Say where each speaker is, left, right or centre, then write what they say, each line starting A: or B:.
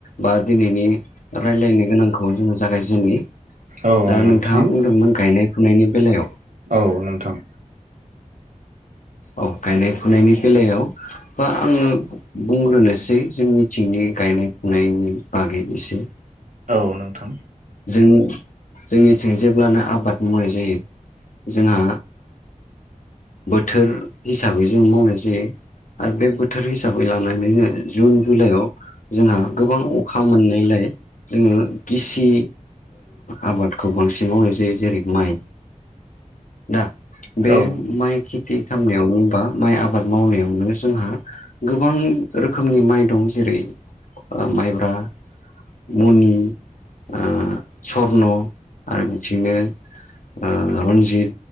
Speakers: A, on the left; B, on the right.
A: बा दिनैनि रायलायनो गोनांखौ जोङो जागायजेननि,
B: औ
A: दा
B: नोंथां
A: नोंथाङा बुंदोंमोन गायनाय फुनायनि, बेलायाव
B: औ नोंथां
A: औ गायनाय फुनायनि बेलायाव, बा आङो बुंग्रोनोसै जोंनिथिंनि गायनाय फुनायनि बागै एसे,
B: औ नोंथां
A: जों जोंनिथिं जेब्लानो आबाद मावनाय जायो। जोंहा बोथोर हिसाबै जों मावनाय जायो। आरो बे बोथोर हिसाबै लानानैनो जुन जुलाइआव जोंहा गोबां अखा मोननायलाय। जोङो गिसि आबादखौ बांसिन मावनाय जायो जेरै माइ दा बे
B: औ
A: माइ खेथि खालामामनायावनो बा माइ आबाद मावनायावनो जोंहा गोबां रोखोमनि माइ दं जेरै माइब्रा, मनि ओ सन' आरो बिथिनो, ओ रन्जित